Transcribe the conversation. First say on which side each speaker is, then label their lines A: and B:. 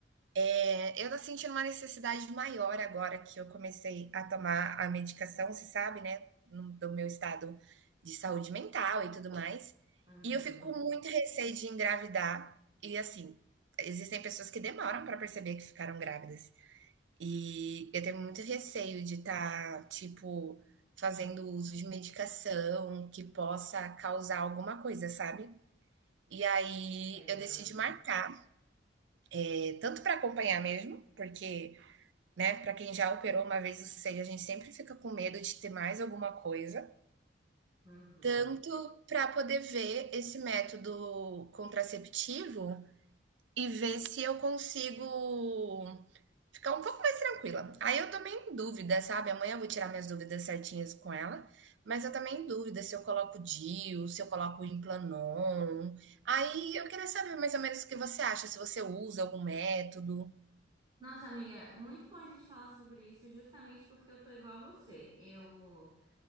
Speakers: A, on the right; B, on the right.
A: Eh, eu tô sentindo uma necessidade maior agora que eu comecei a tomar a medicação, você sabe, né, no do meu estado de saúde mental e tudo mais,
B: uhum.
A: e eu fico com muito receio de engravidar e, assim, existem pessoas que demoram para perceber que ficaram grávidas. E eu tenho muito receio de estar, tipo, fazendo uso de medicação que possa causar alguma coisa, sabe? E aí
B: Entendo,
A: eu decidi
B: amiga.
A: marcar, eh, tanto para acompanhar mesmo, porque, né, para quem já operou uma vez o seio, a gente sempre fica com medo de ter mais alguma coisa,
B: Uhum.
A: tanto para poder ver esse método contraceptivo e ver se eu consigo Ficar um pouco mais tranquila. Aí eu tô meio em dúvida, sabe? Amanhã eu vou tirar minhas dúvidas certinhas com ela, mas eu também em dúvida se eu coloco DIU, se eu coloco Implanon. Aí eu queria saber mais ou menos o que você acha, se você usa algum método.
B: Nossa, amiga, muito bom a gente falar sobre isso, justamente porque eu tô igual a você. Eu